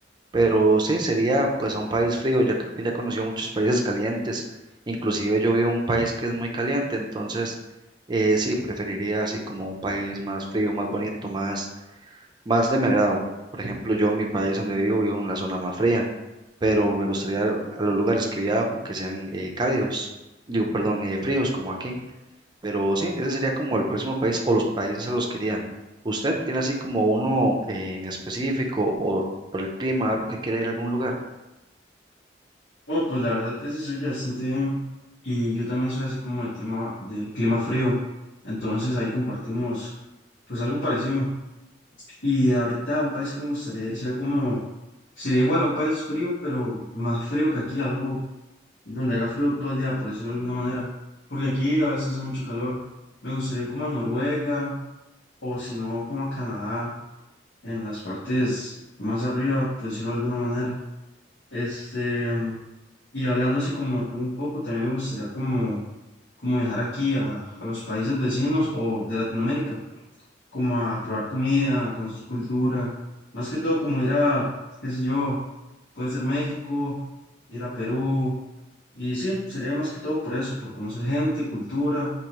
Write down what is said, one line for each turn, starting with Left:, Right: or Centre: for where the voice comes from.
Right: Pero sí, sería pues a un país frío, ya creo que ya conocí muchos países calientes, inclusive yo vivo en un país que es muy caliente, entonces eh, sí, preferiría así como un país más frío, más bonito, más, más de mi agrado. Por ejemplo, yo en mi país donde vivo, vivo en la zona más fría, pero me gustaría a los lugares que viajo que sean eh, cálidos, digo, perdón, eh, fríos como aquí. Pero sí, ese sería como el próximo país o los países a los que iría. ¿Usted tiene así como uno eh, en específico o por el clima, algo que quiera ir a algún lugar?
Left: Bueno, pues la verdad ese soy yo bastante bien y yo también soy así como de clima, de clima frío, entonces ahí compartimos pues algo parecido. Y ahorita un país que me gustaría ir sería como, sería igual a un país frío, pero más frío que aquí, algo donde haga frío todo el día, por decirlo de alguna manera, porque aquí a veces hace mucho calor. Me gustaría ir como a Noruega o si no, como a Canadá, en las partes más arriba, por decirlo de alguna manera. Este, y hablando así como de tú un poco, también me gustaría como, como viajar aquí a, a los países vecinos o de Latinoamérica, como a probar comida, a conocer cultura, más que todo como ir a, qué sé yo, puede ser México, ir a Perú Y sí, sería más que todo por eso, por conocer gente, cultura